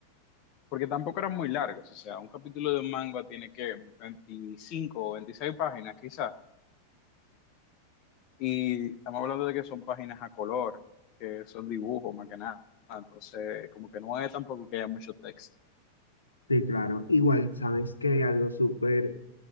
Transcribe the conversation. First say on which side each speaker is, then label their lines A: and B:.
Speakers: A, on the left (about 40°); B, on the left (about 80°).
A: porque tampoco eran muy largos, o sea, un capítulo de un manga tiene que 25 o 26 páginas quizás, y estamos hablando de que son páginas a color, que son dibujos más que nada, entonces como que no es tampoco que haya mucho texto.
B: Sí, claro. Igual, sabes que algo súper,